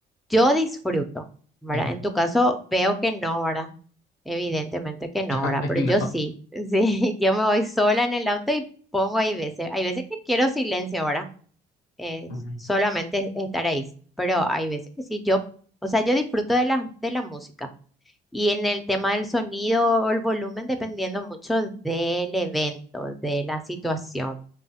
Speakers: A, in the centre; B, on the left.
A: yo disfruto, ¿verdad?
B: ujú,
A: En tu caso, veo que no, ¿verdad? Evidentemente que no,
B: <laughs>
A: ¿verdad? Pero
B: No,
A: yo sí, <laughs> sí, yo me voy sola en el auto y pongo hay veces, hay veces que quiero silencio, ¿verdad? Eh,
B: ujú,
A: solamente estar ahí, pero hay veces que sí, yo, o sea, yo disfruto de la, de la música. Y en el tema del sonido o el volumen, dependiendo mucho del evento, de la situación.